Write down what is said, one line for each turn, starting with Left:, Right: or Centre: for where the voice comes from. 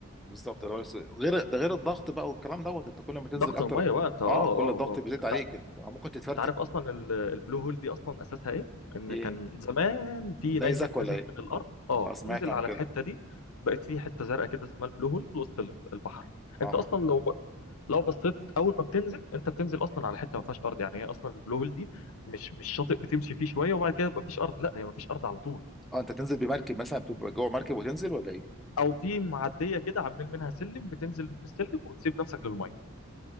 Centre: بالظبط لو س- غير ده غير الضغط بقى والكلام دوت انت كل ما تنزل
Left: ضغط
Centre: اكتر
Left: الميه بقى انت اه
Centre: اه كل
Left: اه
Centre: الضغط
Left: اه
Centre: بيزيد
Left: انت
Centre: عليك انت ممكن تتفرتك
Left: انت عارف اصلا ال- البلو هول دي اصلا اساسها ايه؟ ان
Centre: ايه
Left: كان زمان في
Centre: نيزك
Left: نيزك
Centre: ولا
Left: نزل
Centre: ايه
Left: من الارض
Centre: اه
Left: اه
Centre: اه سمعت
Left: نزل
Centre: عن
Left: على
Centre: كده
Left: الحته دي بقت في حته زرقاء كده اسمها البلو هول في وسط ال- البحر
Centre: اه
Left: انت
Centre: ما-
Left: اصلا لو ب... لو بصيت اول ما بتنزل انت بتنزل اصلا على حته ما فيهاش ارض يعني هي اصلا البلو هول دي مش مش شاطئ بتمشي فيه شويه وبعد كده يبقى فيش ارض لا هي ما فيش ارض على طول
Centre: اه انت تنزل بمركب مثلا بتبقى جوه مركب وتنزل ولا ايه
Left: او في معديه كده عاملين منها سلم بتنزل من السلم وتسيب نفسك للميه